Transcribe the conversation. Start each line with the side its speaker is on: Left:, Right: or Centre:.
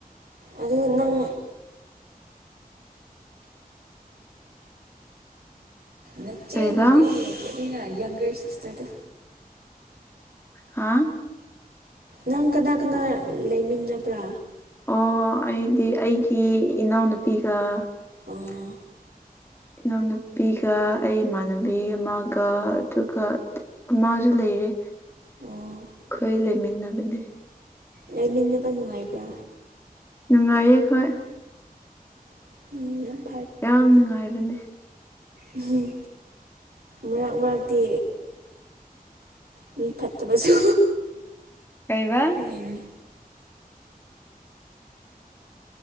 Right: ꯑꯗꯨ ꯅꯪ
Left: <inaudible>
Right: ꯅꯆꯦ
Left: ꯀꯩꯕ
Right: ꯅꯠꯇꯦ ꯀꯔꯤꯅ ꯌꯪꯒꯔ ꯁꯤꯁꯇꯔꯗꯣ
Left: ꯍꯥꯥ
Right: ꯅꯪ ꯀꯅꯥ ꯀꯅꯥ ꯂꯩꯃꯤꯟꯅꯕ꯭ꯔꯥ
Left: ꯑꯣ ꯑꯩꯗꯤ ꯑꯩꯒꯤ ꯏꯅꯥꯎꯅꯨꯄꯤꯒ
Right: ꯑꯣ
Left: <inaudible> ꯏꯅꯥꯎꯅꯨꯄꯤꯒ ꯑꯩ ꯏꯃꯥꯟꯅꯕꯤ ꯑꯃꯒ ꯑꯗꯨꯒ ꯑꯃꯁꯨ ꯂꯩꯔꯦ
Right: ꯑꯣ
Left: ꯈꯣꯏ ꯂꯩꯃꯤꯟꯅꯕꯅꯦ
Right: ꯂꯩꯃꯤꯟꯅꯕ ꯅꯨꯡꯉꯥꯏꯕ꯭ꯔꯥ
Left: ꯅꯨꯡꯉꯥꯏꯌꯦ ꯍꯣꯏ
Right: <unintelligible>
Left: ꯌꯥꯝ ꯅꯨꯡꯉꯥꯏꯕꯅꯦ
Right: ꯎꯝ ꯃꯔꯛ ꯃꯔꯛꯇꯤ ꯃꯤ ꯐꯠꯇꯕꯁꯨ
Left: ꯀꯩꯕ
Right: ꯂꯩꯅꯤ